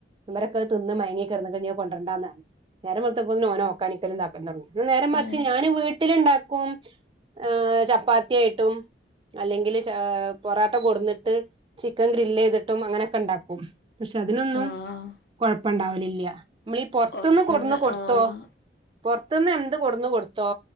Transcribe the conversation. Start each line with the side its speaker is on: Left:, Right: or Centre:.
Right: ഇവരൊക്കെ തിന്ന് മയങ്ങി കെടന്നക്ക ഞത് കൊണ്ടരണ്ടാന്നതാണ് നേരം വെൾത്തപോത്തിന് ഓന് ഓക്കാനിക്കലും തൊക്കെ നേരെ മറിച്ച്
Left: ഏ
Right: ഞാന് വീട്ടിലുണ്ടാക്കും ആ ചപ്പാത്തി ആയിട്ടും അല്ലെങ്കിൽ പൊറോട്ട കൊട്ന്നിട്ട് ചിക്കൻ ഗ്രില്ലെയ്തിട്ടും അങ്ങനൊക്കെ ഉണ്ടാക്കും പക്ഷെ അതിനൊന്നും
Left: ആഹ്
Right: കൊഴപ്പണ്ടാവലില്ല നമ്മളീ പൊറത്തുന്ന്
Left: പൊറത്ത്ന്ന്
Right: കൊടുന്ന് കൊടുത്തോ
Left: ആഹ്
Right: പുറത്തുന്ന് എന്ത് കൊടുന്ന് കൊടുത്തോ